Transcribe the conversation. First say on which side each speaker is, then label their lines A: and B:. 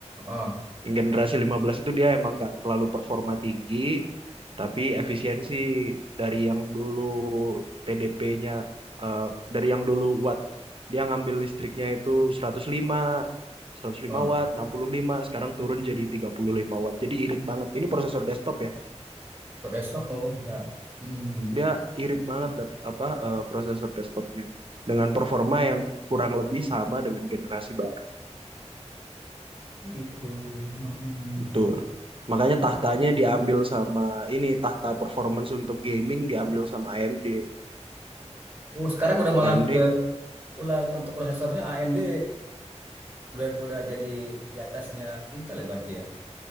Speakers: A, on the right; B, on the right.
A: heeh.
B: Yang generasi 15 itu dia emang nggak terlalu performa tinggi tapi efisiensi dari yang dulu TDP-nya eh, dari yang dulu watt dia ngambil listriknya itu seratus lima seratus lima
A: Oh,
B: watt, 65 sekarang turun jadi 35 watt. Jadi irit banget. Ini prosesor desktop ya.
A: untuk desktop oh ya. Hmm,
B: dia irit banget lap, apa eh, prosesor desktopnya dengan performa yang kurang lebih sama dengan generasi baru.
A: itu. mm
B: Betul. Makanya tahtanya diambil sama ini tahta performance untuk gaming diambil sama AMD.
A: Oh, sekarang udah malah
B: AMD
A: ke ulah untuk prosesornya AMD udah udah jadi di atasnya Intel ya berarti ya.